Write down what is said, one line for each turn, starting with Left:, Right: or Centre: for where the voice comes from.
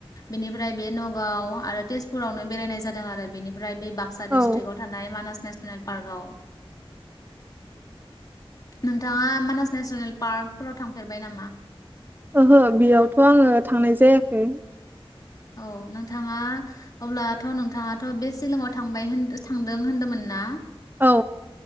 Left: बेनिफ्राय बे न'गाव आरो तेजपुरावनो बेरायनाय जादों आरो बेनिफ्राय बे बाक्सा
Right: औ
Left: डिसट्रिकआव थानाय मानास नेसनेल पारगाव नोंथाङा मानास नेसनेल पार्कफोराव थांफेरबाय नामा?
Right: ओहो बेयावथ' आंङो थांनाय जायाखै
Left: औ नोंथाङा अब्लाथ' नोंथाङाथ' बे सिलंआव थांबाय होन थांदों होनदोंमोन ना
Right: औ